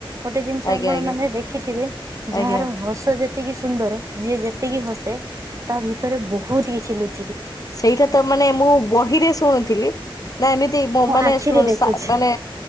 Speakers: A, on the right; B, on the left.
A: ଗୋଟେ ଜିନିଷ
B: ଆଜ୍ଞା
A: ଆପଣ
B: ଆଜ୍ଞା
A: ମାନେ ଦେଖ ଦେଖିଥିବେ ଯାହାର
B: ଆଜ୍ଞା।
A: ହସ ଯେତିକି ସୁନ୍ଦର ଯିଏ ଯେତିକି ହସେ ତା ଭିତରେ ବହୁତ କିଛି ଲୁଚି
B: ସେଇଟା ତ ମାନେ ମୁଁ ବହିରେ ଶୁଣୁଥିଲି ନା ଏମିତି ମୁଁ ମାନେ
A: ଆଖିରେ ଦେଖୁଛି
B: ମାନେ